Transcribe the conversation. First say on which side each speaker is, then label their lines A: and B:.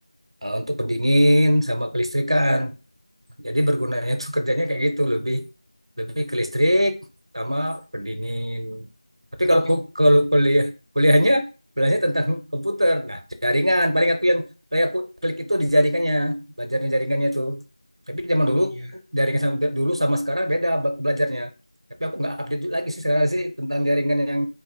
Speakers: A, on the right; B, in the centre.
A: eh, untuk pendingin sama kelistrikan jadi bergunanya itu kerjanya kayak gitu lebih lebih ke listrik sama pendingin. Tapi
B: Oh,
A: kalau ku- kalau kuliah kuliahnya belajarnya tentang komputer. Nah, jaringan paling aku yang paling aku klik itu di jaringannya, belajarnya jaringannya itu. Tapi zaman
B: oh
A: dulu
B: iya
A: jaringan sama dulu sama sekarang beda be- belajarnya. Tapi aku nggak update lagi sih sekarang sih tentang jaringan yang